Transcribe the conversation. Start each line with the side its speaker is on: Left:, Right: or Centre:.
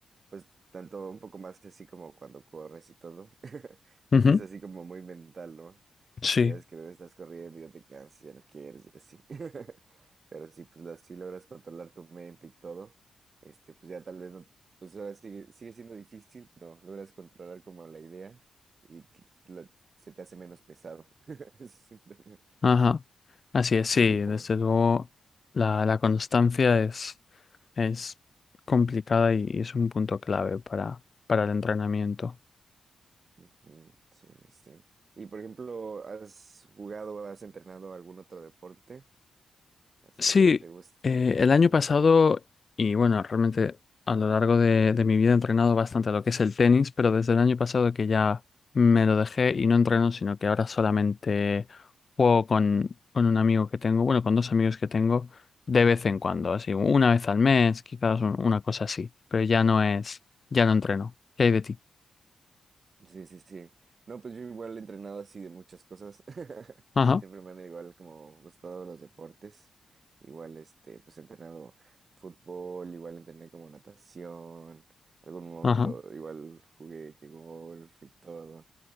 Right: Pues tanto un poco más así como cuando corres y todo, <laughs> pues
Left: Ujú,
Right: es así como muy mental, ¿no?
Left: Sí,
Right: De que ya ves que luego estás corriendo y ya te cansas, ya no quieres y así. <laughs> Pero si pues así logras controlar tu mente y todo, este, pues ya tal vez no, pues ahora sigue, sigue siendo difícil, pero logras controlar como la idea y t- lo- se te hace menos pesado. <laughs> Eso siento yo.
Left: ajá. Así es, sí,
Right: No sé
Left: desde
Right: cómo.
Left: luego la, la constancia es, es complicada y, y es un punto clave para, para el entrenamiento.
Right: Ujú, Sí, sí. sí. Y por ejemplo, ¿has jugado o has entrenado algún otro deporte? Así
Left: Sí,
Right: que te guste.
Left: eh, el año
Right: Ujú.
Left: pasado, y bueno, realmente a lo largo de, de mi vida he entrenado bastante a lo que es el tenis, pero desde el año pasado que ya me lo dejé y no entreno, sino que ahora solamente juego con, con un amigo que tengo, bueno, con dos amigos que tengo de vez en cuando, así, una vez al mes, quizás un- una cosa así, pero ya no es, ya no entreno. ¿Qué hay de ti?
Right: Sí, sí, sí. No, pues yo igual he entrenado así de muchas cosas. <laughs>
Left: Ajá,
Right: Siempre me han igual como gustado los deportes. Igual, este, pues he entrenado fútbol, igual entrené como natación. Algún momento
Left: ajá.
Right: igual jugué que golf y todo.